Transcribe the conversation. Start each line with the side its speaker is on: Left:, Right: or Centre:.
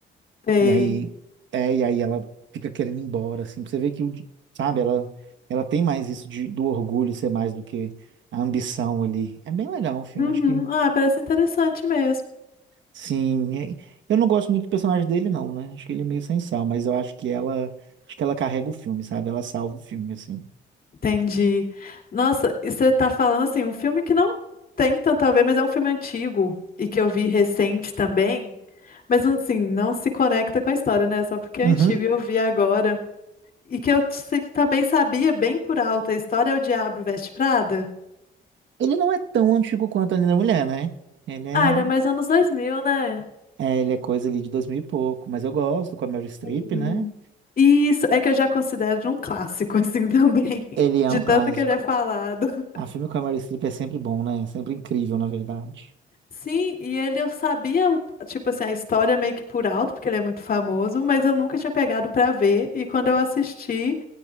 Left: Sei.
Right: E aí, é, e aí ela fica querendo ir embora, assim. Pra você ver que, o di- sabe, ela, ela tem mais isso de, do orgulho ser mais do que a ambição ali. É bem legal o filme,
Left: Uhum.
Right: acho que
Left: Ah, parece interessante mesmo.
Right: Sim, é- eu não gosto muito do personagem dele, não, né? Acho que ele é meio sem sal, mas eu acho que ela, acho que ela carrega o filme, sabe? Ela salva o filme, assim.
Left: Entendi. Nossa, e você tá falando assim, um filme que não tem tanto a ver, mas é um filme antigo e que eu vi recente também. Mas assim, não se conecta com a história, né? Só porque
Right: Uhum.
Left: é antigo e eu vi agora. E que eu se- também sabia bem por alto, a história é o Diabo Veste Prada.
Right: Ele não é tão antigo quanto a Linda Mulher, né? Ele é,
Left: Ah, ele é mais anos dois mil né?
Right: é, ele é coisa ali de 2000 e pouco, mas eu gosto, com a Meryl Streep,
Left: Sim.
Right: né?
Left: Isso, é que eu já considero de um clássico, assim, <laughs> também.
Right: Ele é
Left: De
Right: um
Left: tanto
Right: clássico.
Left: que ele é falado.
Right: A filme com a Meryl Streep é sempre bom, né? Sempre incrível, na verdade.
Left: Sim, e ele eu sabia, o- tipo assim, a história meio que por alto, porque ele é muito famoso, mas eu nunca tinha pegado pra ver, e quando eu assisti,